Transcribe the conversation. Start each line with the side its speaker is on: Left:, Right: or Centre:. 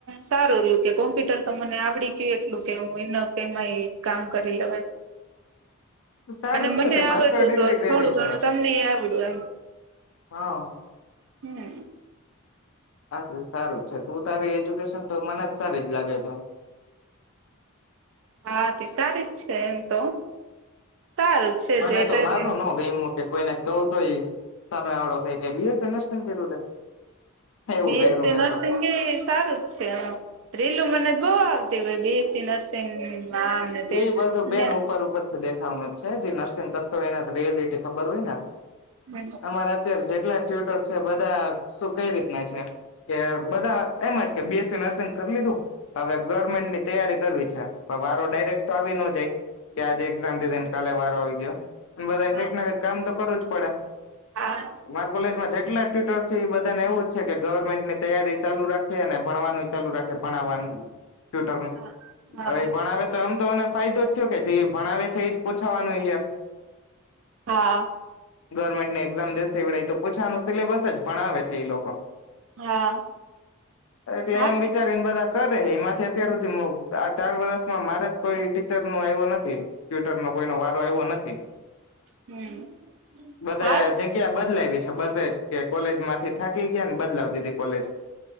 Right: સારું રહ્યું કે કોમ્પ્યુટર તો મને આવડી ગયું એટલું કે હું એનફ એમાં કામ કરી લેવા
Left: સારું
Right: અને
Left: જ
Right: મને
Left: છે તે માસ્ટર
Right: આવડતું
Left: ડિગ્રી
Right: તો
Left: કરી
Right: થોડું
Left: છે
Right: ઘણું તમને આવડ તો એમ
Left: હા
Right: હમ
Left: હા તે સારું જ છે તું તારી એજ્યુકેશન તો મને જ સારી જ લાગે છે.
Right: હા તે સારી જ છે એમ તો સારું જ છે
Left: મને
Right: જે
Left: તો
Right: કર્યું
Left: મારૂ નો ગયમુ તે કોઈને કવ તોય સામે વાળો કોઈ કે <unintelligible> એવું
Right: બીએસસી
Left: કર્યું મેં
Right: નર્સિંગ
Left: તો
Right: એ સારું જ છે રીલું મને બઉ આવે તે અવે બીએસસી નર્સિંગ આમને
Left: એ
Right: તેમ
Left: બધું બેન
Right: ને
Left: ઉપર ઉપરથી દેખાવાનું જ છે જે નર્સિંગ કર તો એના રિયાલિટી ખબર હોય ને
Right: હમ
Left: અમારે અત્યારે જ કેટલા ટ્યુટર છે બધા શું કઈ રીતના છે કે બધા એમ જ કે બીએસસી નર્સિંગ કરી લીધું હવે ગવર્મેન્ટની તૈયારી કરવી છે. પણ વારો ડાયરેક્ટ તો આવી નો જાય. કે આજે એક્ઝામ દે દેન કાલે વાર આવી ગયા. બધાને
Right: હા
Left: કઈક ના કઈક કામ તો કરવું જ પડે.
Right: હા
Left: માર કોલેજમાં જેટલા ટ્વિટર છે એ બધા ને એવું જ છે કે ગવર્મેન્ટ ની તૈયારી ચાલુ રાખીએ અને ભણવાની ચાલુ રાખે ભણાવવાનું ટયુટર નું
Right: હા હા
Left: હવે ભણાવે તો એમ તોને ફાયદો જ થયો કે જે ભણાવે છે એજ પૂછવાનું હે.
Right: હા.
Left: ગવર્મેન્ટ ની એક્ઝામ દેશે એવડે તો પૂછાનું સિલેબસ જ ભણાવે છે એ લોકો.
Right: હા
Left: એટલે
Right: હા
Left: એમ વિચારીને બધા કરે એમાંથી અત્યાર સુધી અ આ ચાર વર્ષમાં મારે કોઈ ટીચર નું આયવુ નથ નથી. ટ્વિટર માં કોઈનો વારો આવ્યો નથ હે.
Right: હમ
Left: બધા
Right: હા
Left: જગ્યા બદલાવી છે બસ એજ કે કોલેજ માંથી થાકી ગયા ને બદલાવી દીધી કોલેજ.